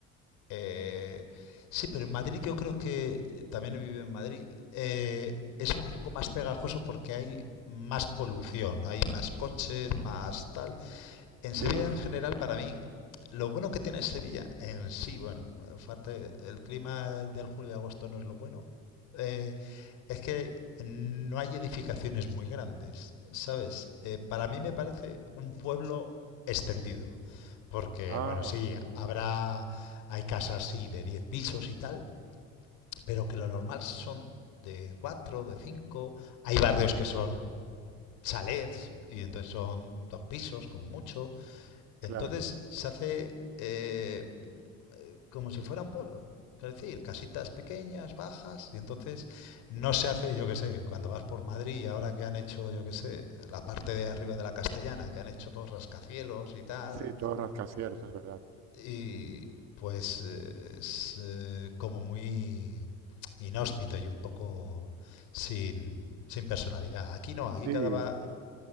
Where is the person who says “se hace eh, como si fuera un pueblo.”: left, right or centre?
Left